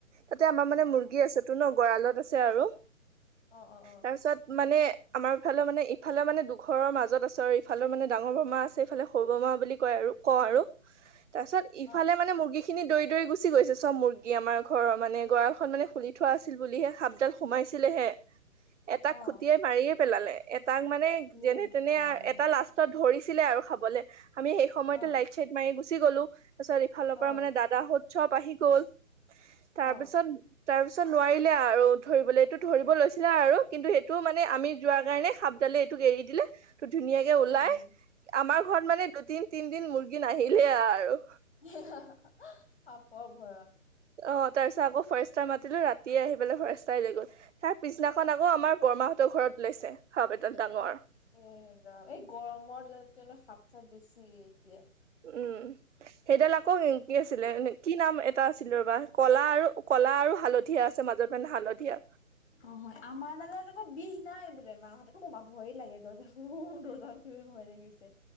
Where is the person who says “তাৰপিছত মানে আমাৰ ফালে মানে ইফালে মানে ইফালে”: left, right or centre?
Right